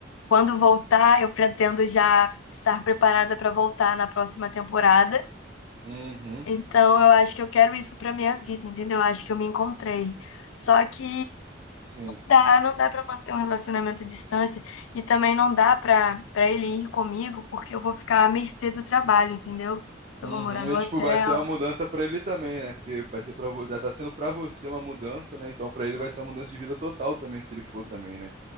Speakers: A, on the left; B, on the right.
A: quando voltar, eu pretendo já estar preparada para voltar na próxima temporada.
B: uhum,
A: Então, eu acho que eu quero isso para minha vida, entendeu? Eu acho que eu me encontrei. Só que
B: sim.
A: dá, não dá para manter um relacionamento à distância e também não dá para para ele ir comigo, porque eu vou ficar à mercê do trabalho, entendeu? Eu
B: Uhum,
A: vou morar no
B: e
A: hotel.
B: tipo, vai ser uma mudança pra ele também, né? Porque vai ser para você, já tá sendo pra você uma mudança, né? Então pra ele vai ser uma mudança de vida total também, se ele for também, né?